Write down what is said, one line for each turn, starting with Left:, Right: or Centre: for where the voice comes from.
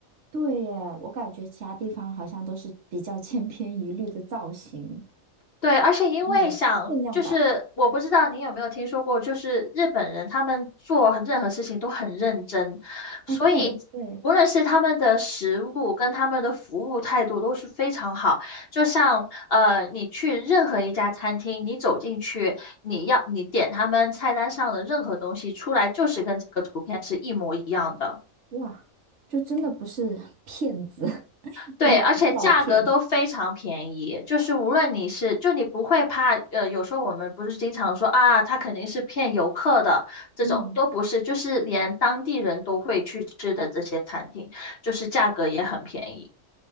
Right: 对耶，我感觉其他地方好像都是比较千篇一律的造型，
Left: 对，而且因为想，
Right: 没有限量版。
Left: 就是我不知道你有没有听说过，就是日本人他们做任何事情都很认真，所以无论是他们的食物跟他们的服务态度都是非常好。
Right: 哎，对对，
Left: 就像呃，你去任何一家餐厅，你走进去，你要你点他们菜单上的任何东西出来，就是跟这个图片是一模一样的。
Right: 哇，就真的不是 <laughs> 骗子，<laughs>
Left: 对，
Right: 真的不是照片。
Left: 而且价格都非常便宜，就是无论你是，就你不会怕，呃，有时候我们不是经常说啊，他肯定是骗游客的，这种都不是，
Right: 嗯，
Left: 就是连当地人都会去吃的这些餐厅，就是价格也很便宜，